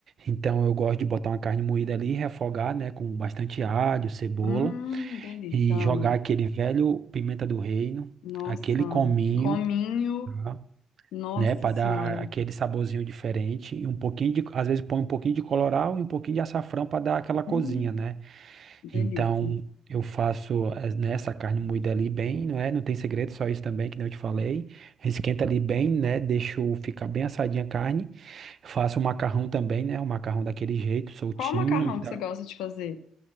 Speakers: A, on the right; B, on the left.
A: Então eu gosto de botar uma carne moída ali, refogar, né? Com bastante alho, cebola
B: Hum, delícia,
A: e
B: amo.
A: jogar aquele velho pimenta do reino,
B: Nossa,
A: aquele cominho,
B: cominho,
A: tá?
B: nossa
A: né? para
B: senhora.
A: dar aquele saborzinho diferente e um pouquinho de, às vezes põe um pouquinho de colorau e um pouquinho de açafrão para dar aquela cozinha,
B: Hum,
A: né?
B: delícia.
A: Então, eu faço eh, né, essa carne moída ali bem, não é? Não tem segredo, só isso também, que nem eu te falei. Esquenta ali bem, né? Deixo ficar bem assadinha a carne. Faço o macarrão também, né? O macarrão daquele jeito, soltinho
B: Qual macarrão
A: e tal.
B: que você gosta de fazer